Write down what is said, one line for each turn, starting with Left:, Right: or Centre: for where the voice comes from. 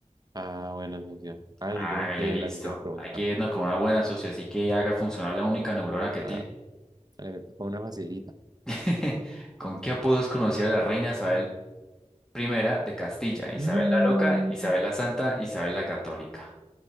Right: Ah, bueno, socio. Vale,
Centre: Hágale,
Right: entonces tiene
Centre: listo.
Right: la última pregunta.
Centre: Hay que irnos con una buena socia, así que haga funcionar la única neurona que
Right: Ah,
Centre: tiene.
Right: Vale, fue una facilita.
Centre: <laughs> ¿Con qué apodos conocía a la reina Isabel primera de Castilla? Isabel
Right: No,
Centre: la Loca, Isabel la Santa, Isabel la Católica.